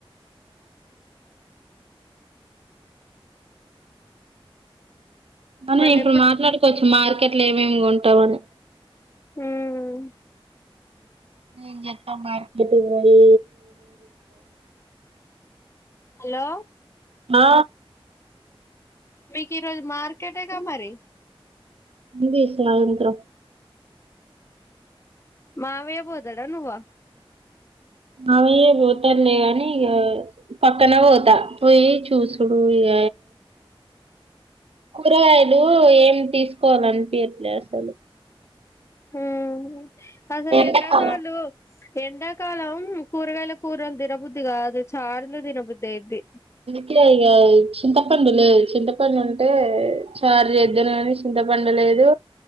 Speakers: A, on the right; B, on the left.
A: మనం
B: మళ్ళీ
A: ఇప్పుడు మాట్లాడుకోవచ్చు మార్కెట్ ఏట్లో ఏం ఏం కొంన్ ట్టవానే
B: ఎప్పుడో
A: ఎమ్ చేస్తాం మార్కెట్ కీ పోయి
B: హలో
A: ఆ
B: మీకు ఈరోజు మార్కెటేగా మరి
A: ఉంది సాయంత్రం
B: మావే పోతడ నువ్వా
A: అవయ పోతలే కానీ ఇక పక్కన పోతా పోయి చూసుడు ఇక కూరగాయలు ఏం తీసుకోవాలనిపియట్లే అసలు
B: హ్మ్ అద
A: ఎండాకాలం
B: ఎడా కాలు ఎండాకాలం కూరగాయల కూరలు దినబుద్ధి కాదు చార్లు దినబుద్ధి అయిది
A: ఇ ఇక చింతపండు లేదు చింతపండు ఉంటే చార్ ఎదును కానీ చింతపండు లేదు